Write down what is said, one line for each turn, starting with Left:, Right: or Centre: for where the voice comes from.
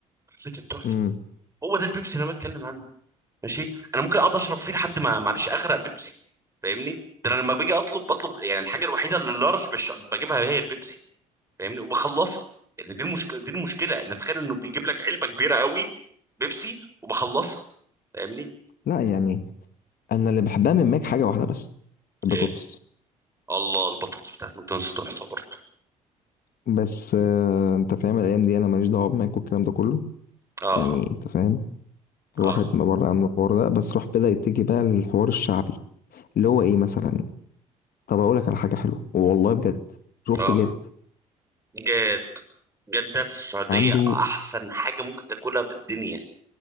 Right: حسيت التحفة
Left: امم
Right: هو ده البيبسي اللي انا بتكلم عنه ماشي انا ممكن اقعد اشرب فيه لحد ما معلش اغرق بيبسي فاهمني ده انا لما باجي اطلب بطلب يعني الحاجه الوحيده اللي اللارج بش... بجيبها هي البيبسي فاهمني وبخلصها يعني دي المشكله دي المشكله ان تخيل انه بيجيب لك علبه كبيره قوي بيبسي وبخلصها فاهمني
Left: لا يعني انا اللي بحبها من ماك حاجة واحدة بس البطاطس
Right: ايه الله البطاطس بتاعت ماكدونالدز تحفه برضه
Left: بس آه انت فاهم الايام دي انا ماليش دعوة بماك والكلام ده كله
Right: اه
Left: يعني انت فاهم الواحد
Right: اه
Left: ما بره عنه الحوار ده بس راح بدأ يتجه بقى للحوار الشعبي اللي هو ايه مثلا طب اقول لك على حاجه حلوه والله بجد شفت
Right: اه
Left: جد
Right: جد جدة في السعودية
Left: عنده
Right: أحسن حاجة ممكن تاكلها في الدنيا